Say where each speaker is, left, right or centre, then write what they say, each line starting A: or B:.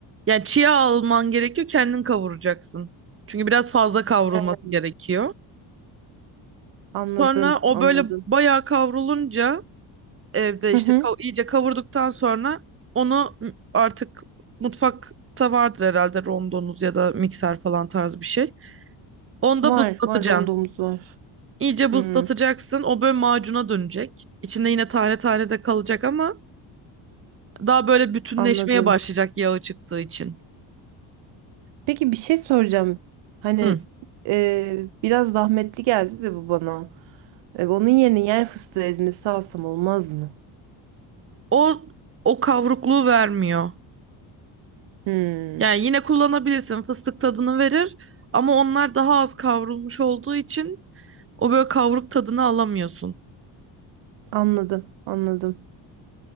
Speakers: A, on the right; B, on the right.
A: Yani çiğ alman gerekiyor, kendin kavuracaksın. Çünkü biraz fazla kavrulması
B: Hı.
A: gerekiyor.
B: Anladım,
A: Sonra o
B: anladım.
A: böyle bayağı kavrulunca evde
B: Hı
A: işte
B: hı.
A: kav- iyice kavurduktan sonra onu m- artık mutfakta vardır herhalde rondonuz ya da mikser falan tarz bir şey. Onu da
B: Var,
A: bızlatacaksın.
B: var rondomuz var.
A: İyice
B: Hmm,
A: buzlatacaksın. O böyle macuna dönecek. İçinde yine tane tane de kalacak ama daha böyle bütünleşmeye
B: anladım.
A: başlayacak yağı çıktığı için.
B: Peki bir şey soracağım. Hani
A: Hı.
B: e, biraz zahmetli geldi de bu bana. E, onun yerine yer fıstığı ezmesi alsam olmaz mı?
A: O o kavrukluğu vermiyor.
B: Hmm,
A: Yani yine kullanabilirsin. Fıstık tadını verir ama onlar daha az kavrulmuş olduğu için o böyle kavruk tadını alamıyorsun.
B: anladım, anladım.